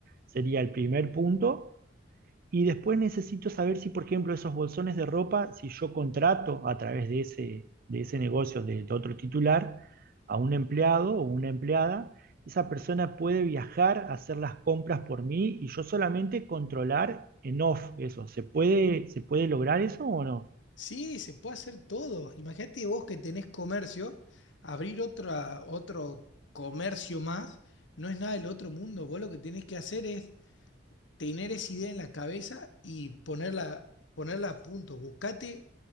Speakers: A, on the right (about 50°); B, on the left (about 65°).
A: sería el primer punto. Y después necesito saber si, por ejemplo, esos bolsones de ropa, si yo contrato a través de ese, de ese negocio de, de otro titular a un empleado o una empleada, esa persona puede viajar a hacer las compras por mí y yo solamente controlar en off eso. ¿Se puede, se puede lograr eso o no?
B: Sí, se puede hacer todo. Imagínate vos que tenés comercio, abrir otra, otro comercio más, no es nada del otro mundo. Vos lo que tenés que hacer es tener esa idea en la cabeza y ponerla, ponerla a punto. Buscate,